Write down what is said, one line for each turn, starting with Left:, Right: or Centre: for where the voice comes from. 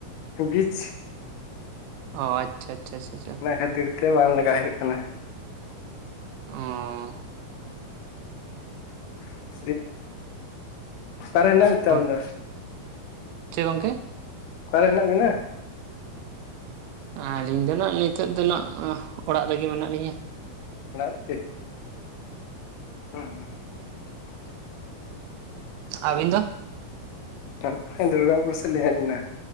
Left: ᱵᱤᱪ
Right: ᱚ ᱟᱪᱷᱟ ᱪᱷᱟ ᱪᱷᱟ᱾
Left: ᱚᱱᱟ ᱠᱷᱟᱹᱛᱤᱨ ᱛᱮ ᱵᱟᱝ ᱞᱟᱜᱟ ᱦᱩᱭᱩᱜ ᱠᱟᱱᱟ ᱾
Right: ᱚᱸᱻ
Left: <unintelligible> ᱚᱠᱟ ᱨᱮ ᱦᱮᱱᱟᱜ ᱢᱮ ᱛᱮ
Right: ᱚ
Left: ᱟᱢ ᱫᱚ?
Right: ᱪᱮᱫ ᱜᱚᱝᱠᱮ
Left: ᱚᱠᱟᱨᱮ ᱦᱮᱱᱟᱜ ᱵᱮᱱᱟ?
Right: ᱟᱹᱞᱤᱧ ᱫᱚ ᱱᱟᱸᱜ ᱱᱤᱛᱚᱜ ᱫᱚ ᱟᱸᱱᱟᱜ ᱚᱲᱟᱜ ᱨᱮᱜᱮ ᱢᱮᱱᱟᱜ ᱞᱤᱧᱟ ᱾
Left: ᱚᱲᱟᱜ ᱨᱤᱜᱤ ᱦᱩᱸ ᱦᱩ
Right: ᱟᱵᱤᱱ ᱫᱚ?
Left: ᱛᱟᱨᱯᱚᱨᱮ ᱫᱩᱨᱜᱟᱯᱩᱨ ᱥᱮᱫ ᱞᱤᱧ ᱦᱮᱡᱱᱟ